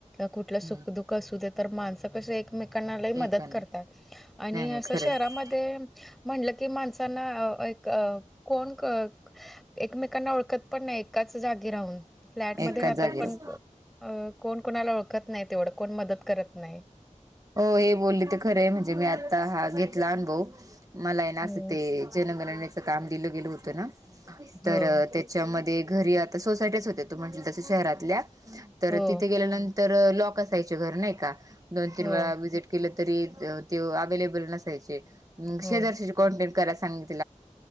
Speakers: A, in the centre; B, on the right.
A: कुठलं
B: हम्म
A: सुख-दुख असू दे तर माणसं कसं एकमेकांना लई
B: एकांना
A: मदत करतात आणि
B: नाही नाही
A: असं
B: खरं
A: शहरामध्ये म्हंणलं की माणसांना एक कोण एकमेकांना ओळखत पण नाही. एकाच जागी राहून फ्लॅटमध्ये
B: एकाच
A: राहतात.
B: जागेला
A: पण अ कोण कोणाला ओळखत नाही तेवढं कोण मदत करत नाही.
B: हो हे बोलली तर खरं आहे. म्हणजे मी आत्ता हा घेतला अनुभव मला आहे ना
A: हो.
B: असं ते जनगणनेच काम दिलं गेल होतं. ना
A: हो,
B: तर त्या त्याच्यामध्ये घरी आता सोसायटीच होत. त म्हट तस शहरातल्या तर
A: हो,
B: तिथे गेल्यानंतर तर लॉक असायचे घर नाही का? दोन तीन
A: हो,
B: वेळा वजिट तरी ते अवलेबल नसाय चे कराेज
A: हो,